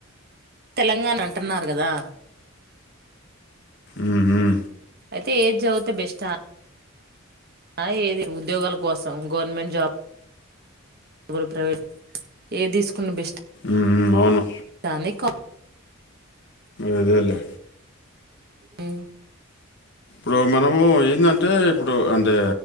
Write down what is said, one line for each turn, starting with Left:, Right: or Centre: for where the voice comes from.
Right: తెలంగాణ అంటున్నారు కదా
Left: ఉ ఉ
Right: అయితే ఏది చదివుతే బెస్ట్ ఆ ఆ ఏది ఉద్యోగాల కోసం గవర్నమెంట్ జాబ్ గో ప్రైవేట్ ఏ తీసుకున్న బెస్ట్
Left: ఉ అవును
Right: దాని కా
Left: అదేలే
Right: ఉ
Left: ఇప్పుడు మనము ఎందంటే అంటే ఇప్పుడు అంటే